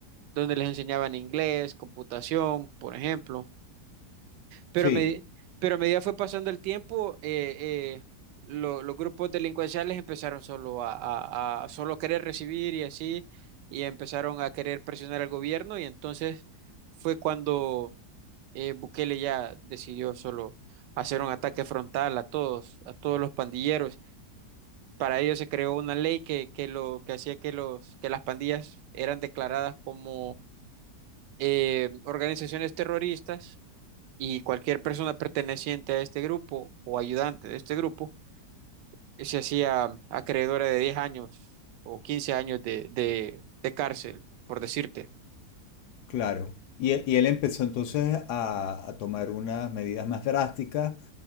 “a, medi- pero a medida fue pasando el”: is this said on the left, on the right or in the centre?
Right